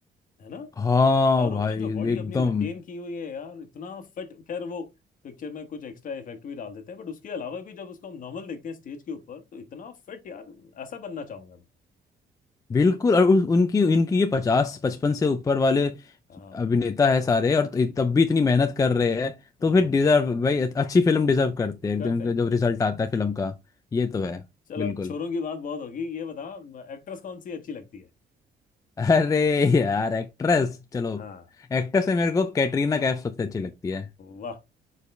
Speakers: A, on the left; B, on the left.
A: है ना
B: हाँ
A: शाहरुख
B: भाई
A: ने जो बॉडी
B: एकदम
A: अपनी मेंटेन की हुई है यार इतना फिट खैर वो पिक्चर में कुछ एक्स्ट्रा इफेक्ट भी डाल देते हैं बट उसके अलावा भी जब उसको हम नॉर्मल देखते हैं स्टेज के ऊपर तो इतना फिट यार ऐसा बनना चाहूंगा मैं
B: बिल्कुल और उन- उनकी इनकी ये पचास पचपन से ऊपर वाले
A: हाँ
B: अभिनेता है सारे और त- तब भी इतनी मेहनत कर रहे हैं
A: हम्म
B: तो फिर डिजर्व भाई अच्छी फिल्म डिजर्व करते हैं एकदम
A: करते
B: इनका
A: हैं करते
B: जो रिजल्ट
A: हैं करते
B: आता
A: हैं
B: है फिल्म का ये तो है
A: चल
B: बिल्कुल
A: अब छोरों की बात बहुत होगी ये बता एक्ट्रेस कौन सी अच्छी लगती है
B: अरे यार एक्ट्रेस चलो
A: हाँ
B: एक्ट्रेस में मेरे को कैटरीना कैफ सबसे अच्छी लगती है
A: वाह